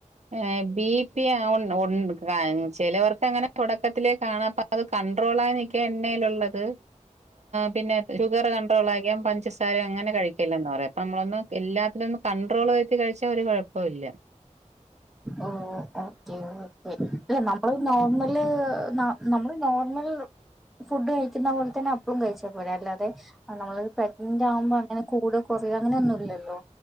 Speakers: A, on the right; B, in the centre.
A: ഈ ബി പി <unintelligible> ചിലവർക്ക് അങ്ങനെ തൊടക്കത്തിലേ കാണാ അപ്പ അത് കൺണ്ട്രോളായി നിക്കാ എണ്ണയിലുള്ളത് പിന്നെ ഷുഗർ കണ്ട്രോള് അയികം പഞ്ചസാര അങ്ങനെ കഴിക്കെല്ലന്ന് പറയും നമ്മളൊന്ന് എല്ലാത്തിലൊന്ന് കണ്ട്രോൾ വെച്ച് കഴിച്ചാ ഒരു കൊഴപ്പയില്ല
B: ഓഹ് ഓക്കെ ഒക്കെ ഏ നമ് മ്മള് നോർമല് നമ്മള് നോർമൽ ഫുഡ് കഴിക്കുന്ന പോലെ തന്നെ അപ്പളും കഴിച്ചാ പോരെ അല്ലാതെ ആഹ് നമ്മളത് പ്രെഗ്നന്റ് ആവുമ്പം അ ഇങ്ങനെ കൂടാ കൊറയാ അങ്ങനെ ഒന്നുല്ലല്ലോ